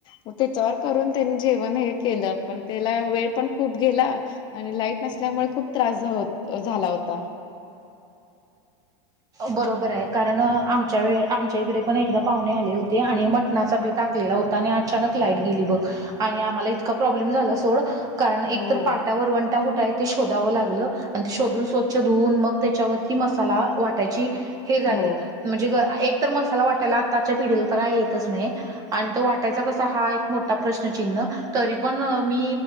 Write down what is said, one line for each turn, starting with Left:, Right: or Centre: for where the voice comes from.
Left: म तेच्यावर करून त्यांनी जेवण हे केलं पण त्याला वेळ पण खूप गेला आणि लाईट नसल्यामुळे खूप त्रास झो झाला होता.
Right: बरोबर आहे. कारण आमच्या वे आमच्या इकडे पण एकदा पाहुणे आले होते आणि म टनाचा बेत आखलेला होता आणि अचानक लाईट गेली बघ. आणि आम्हाला इतका प्रॉब्लेम झाला सोड. कारण एक
Left: हो,
Right: तर पाटा वरवंटा कुठाय ते शोधावं लागलं. अन ते शोधून, स्वच्छ धुवून मग त्याच्यावरती मसाला वाटायची हे झाली.
Left: हो.
Right: म्हणजे ग एक तर मसाला वाटायला आत्ताच्या पिढीला तर काय येतच नाही. आणि तो वाटायचा कसा? हा एक मोठा प्रश्नचिन्ह तरी पण अ मी